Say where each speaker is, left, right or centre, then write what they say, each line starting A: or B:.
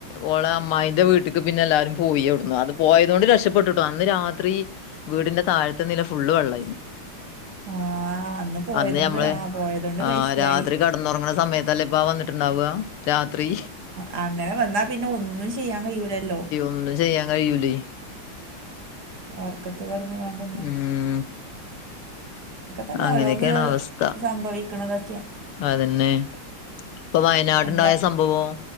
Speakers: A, on the left; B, on the right.
A: ഓളെ അമ്മായിന്റെ വീട്ടേക്ക് പിന്നെ എല്ലാരും പോയി ഇടുന്നു അത് പോയത കൊണ്ട് രക്ഷപ്പെട്ടിട്ടു അന്ന് രാത്രി വീടിന്റെ താഴത്തെ നില ഫുള്ള് വെള്ളമായിരുന്നു
B: ആഹ് പോയതോണ്ട്
A: അന്ന് ഞമ്മള്
B: ആഹ് പോയതോണ്ട്
A: ആ
B: കഴിച്ചിലായി
A: രാത്രി കട കന്നുറങ്ങണ സമയത്തല്ലേപ്പ വന്നിട്ടുണ്ടാവുക രാത്രി
B: ആ അങ്ങനെ വന്നാ പിന്നെ ഒന്നും ചെയ്യാൻ കഴിയൂലല്ലോ
A: ഉ ചെയ്യാൻ കഴിയൂല്ല
B: ഓറക്കത്ത് കിടന്ന കണ്ടന്നു
A: ഉം
B: തന്നെ
A: അങ്ങനെയൊക്കെയാണ്
B: ഓരോന്ന്
A: അവസ്ഥ
B: സംഭവിക്കണതൊക്കെ
A: അതന്നെ ഇപ്പൊ വയനാട്
B: എന്താ
A: ഉണ്ടായ സംഭവം